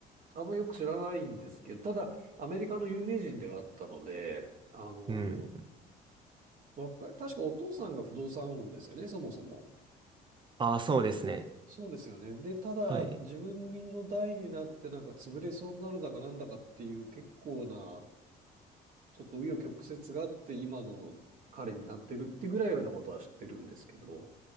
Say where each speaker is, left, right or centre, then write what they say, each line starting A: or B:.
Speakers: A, on the right; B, on the right.
A: あんまよく知らないんですけど、ただアメリカの有名人ではあったので、あの、
B: うん。
A: わか、確かお父さんが不動産王ですよね、そもそも。
B: ああ、そうですね。
A: そうですよね。で、ただ、
B: はい。
A: 自分の代になって、なんか潰れそうになるだかなんだかっていう結構な、ちょっと紆余曲折があって、今の彼になってるってぐらいのことは知ってるんですけど。